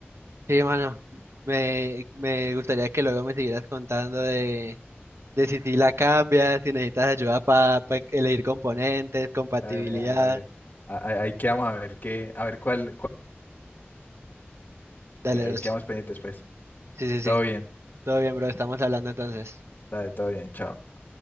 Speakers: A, on the right (about 85°); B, on the left (about 40°).
A: sí, hermano, me, me gustaría que luego me siguieras contando de, de si sí la cambias, si necesitas ayuda para elegir componentes, compatibilidad,
B: Dale, dale, dale. A- Ahí, ahí quedamos a ver qué, a ver cuál, cuál-
A: dale,
B: ahí
A: bro, sí,
B: quedamos pendientes, pues.
A: sí, sí,
B: Todo
A: sí.
B: bien,
A: todo bien, bro, estamos hablando entonces.
B: dale, todo bien, chao.